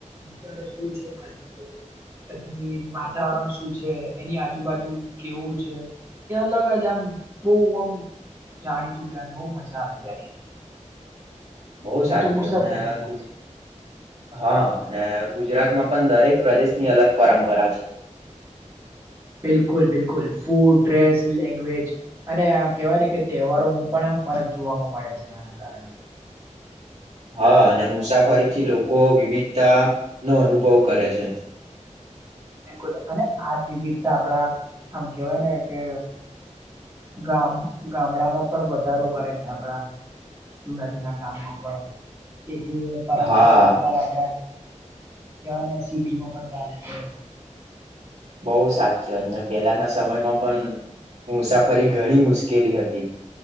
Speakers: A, on the right; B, on the right.
A: કચ શું છે કલચ પછી વાતાવરણ શું છે એની આજુબાજુ કેવું છે એ અલગ જ આમ બહુઆમ જાણીતું કે બહુ મજા આવી જાય
B: બહુ
A: એને
B: સાચી
A: તો મુસાફરી
B: અને આખું
A: કહીએ છે.
B: હા અને ગુજરાતમાં પણ દરેક પ્રદેશની અલગ પરંપરા છે
A: બિલકુલ બિલકુલ ફૂડ ડ્રેસ લેગવેજ અને આ કેવાય ને કે તહેવારોમાં પણ ફરક જોવાવામાં મળે છે આના કારણે
B: હા અને મુસાફરીથી લોકો વિવિધતા નો અનુભવ કરે છે
A: બિલકુલ અને આજ વિવિધતા આપડા આમ કેવાય ને કે ગામ ગામડામાં પણ વધારો કરે છે આપણા જુના જૂના ગામમાં પણ તેથી પરંપરા
B: હા
A: અત્યારે આપણેે કવાય ને સિટીમાં પણ ચાલે છે
B: બહુ સાચું અને પેલાના સમયમાં પણ મુસાફરી ઘણી મુશ્કેલી હતી